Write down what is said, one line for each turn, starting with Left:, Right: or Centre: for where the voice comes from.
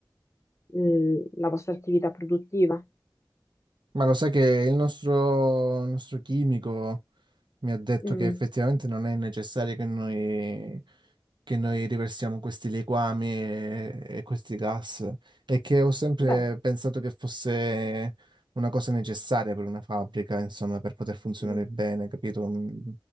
Left: eh, la vostra attività produttiva.
Right: Ma lo sai che il nostro, il nostro chimico mi ha detto
Left: Mm,
Right: che effettivamente non è necessario che noi, che noi riversiamo questi liquami e, e questi gas e che ho sempre
Left: Beh,
Right: pensato che fosse una cosa necessaria per una fabbrica, insomma, per poter funzionare
Left: mm,
Right: bene, capito? Mm.